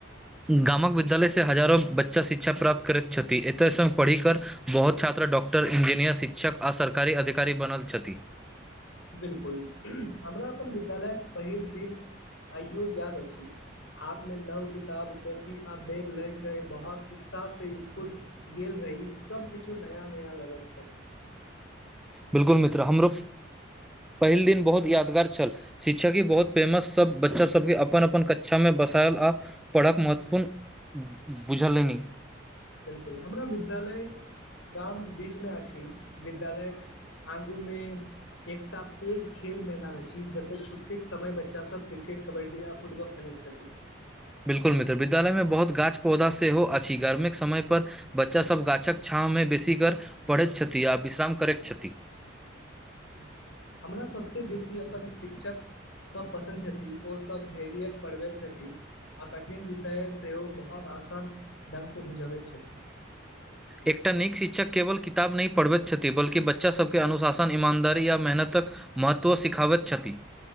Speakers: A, in the centre; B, on the left (about 80°).
A: गामक विद्यालयसँ हजारो बच्चा शिक्षा प्राप्त करैत छथि एतय संग पढ़िकर बहुत छात्र डाक्टर इंजीनियर शिक्षक आ सरकारी अधिकारी बनल छथि
B: बिलकुल हमरा अपन विद्यालयक पहिल दिन आइयो याद अछि हाथ में नव किताब कॉपी आ बैग लयके बहुत उत्साह से स्कुल गेल रही सभकिछु नया नया लगैत छल
A: बिलकुल मित्र हमरो पहिल दिन बहुत यादगार छल शिक्षा की बहुत फेमस सब बच्चा सबके अपन अपन कक्षा में बसायल आ पढ़ाक महतपन बुझलनि
B: बिल्कुल हमरा विद्यालय गाम बीचमें अछि विद्यालय आगू मेँ एकटा पैघ खेल मैदान अछि जते छुट्टीक के समय बच्चा सब क्रिकेट कबड्डी आ फुटबॉल खेलैत छथि
A: बिल्कुल मित्र विद्यालयमे बहुत गाछ पौधा सेहो अछि गर्मीक समयपर बच्चासभ गाछक छाँहमे बेसी कर पढ़ैत छथि आ विश्राम करैत छथि
B: हू हमरा सभसँ बेसी अपन शिक्षक सब पसन्द छथिन ओ सब धैर्य पढ़बैत छथिन आ कठिन विषय सेहो ओ बहुत आसान ढंगसँ बुझबैत छथिन
A: एकटा नीक शिक्षक केवल किताब नइ पढ़बैत छथि बल्कि बच्चा सबके अनुशासन ईमानदारी या मेहनतक महत्व सिखावैत छथि